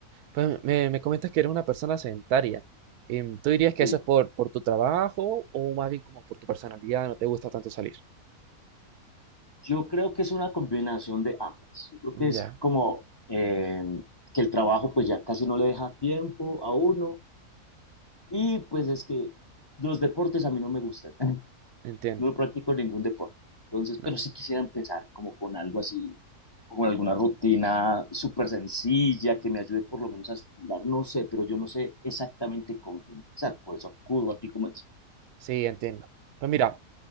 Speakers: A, on the right; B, on the left.
A: Pues me, me comentas que eres una persona sedentaria. Em, ¿Tú dirías que
B: Sí,
A: eso es por, por tu trabajo o más bien como por tu personalidad? ¿No te gusta tanto salir?
B: yo creo que es una combinación de ambas. Yo creo que es
A: Ya,
B: como eh, que el trabajo pues ya casi no le deja tiempo a uno y pues es que los deportes a mí no me gustan. <laughs>
A: entiendo.
B: no practico ningún deporte. Entonces,
A: No,
B: pero sí quisiera empezar como con algo así, con alguna rutina súper sencilla que me ayude por lo menos a estirar, no sé, pero yo no sé exactamente cómo comenzar, por eso acudo a ti como experto.
A: Sí, entiendo. Pues mira,